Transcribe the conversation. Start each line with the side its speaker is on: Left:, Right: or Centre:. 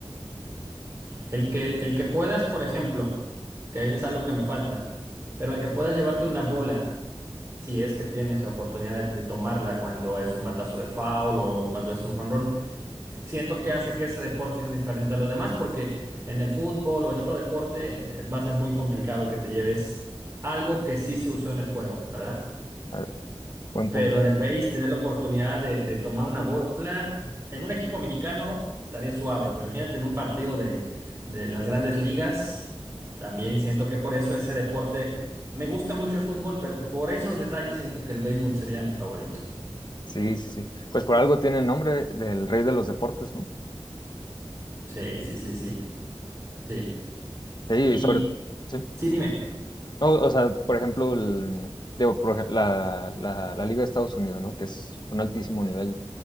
Right: El que, el que puedas, por ejemplo, que eso es algo que me falta, pero el que puedas llevarte una bola, si es que tienes la oportunidad de, de tomarla cuando es un batazo de foul o cuando es un jonrón siento que hace que ese deporte sea diferente a los demás, porque en el fútbol o en otro deporte eh, va a ser muy complicado que te lleves algo que sí se usó en el juego, ¿verdad?
Left: A ver, buen
Right: Pero
Left: punto.
Right: en el base, tener la oportunidad de, de tomar una bola, en un equipo mexicano estaría suave, pero imagínate en un partido de, de las grandes ligas, también siento que por eso ese deporte, me gusta mucho el fútbol, pero por esos detalles siento que el béisbol sería mi favorito.
Left: Sí, sí, sí. Pues por algo tiene el nombre del rey de los deportes, ¿no?
Right: Sí, sí, sí, sí, sí.
Left: Sí,
Right: Y
Left: sobre, sí.
Right: sí, dime.
Left: No, o sea, por ejemplo, el- digo, por ej- la, la- la Liga de Estados Unidos, ¿no? Que es un altísimo nivel,